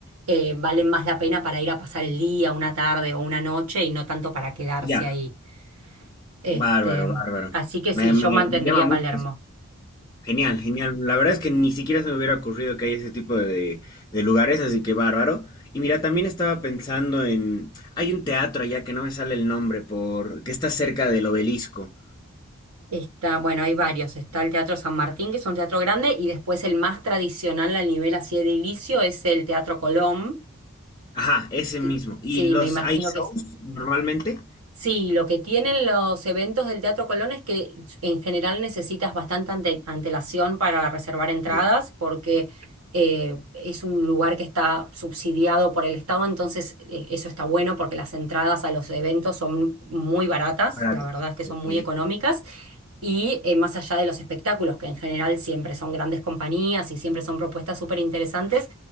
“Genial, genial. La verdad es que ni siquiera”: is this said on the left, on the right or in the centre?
Left